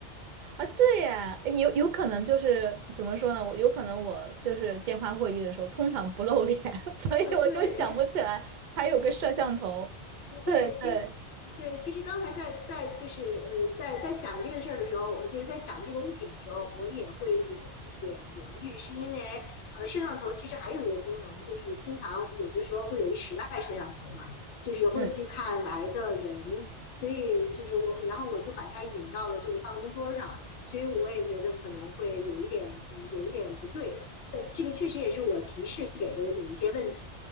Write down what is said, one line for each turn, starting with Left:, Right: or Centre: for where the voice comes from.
Right: 啊，对呀，有有可能就是怎么说呢？我有可能我就是电话会议的时候通常不露脸，<laughs> 所以我就想不起来还有个摄像头。
Left: 呃对嗯对，
Right: 对对，
Left: 其实对，其实刚才在在就是呃，在在想这个事儿的时候，我就是在想这个物品的时候，我也会有一点犹豫，是因为呃，摄像头其实还有一个功能，就是通常有的时候会有一室外摄像头嘛，就是会去看来的人，
Right: 嗯。
Left: 所以就是我，然后我就把它引到了这个办公桌上，所以我也觉得可能会有一点呃，有一点不对，但这个确实也是我提示给的有一些问题，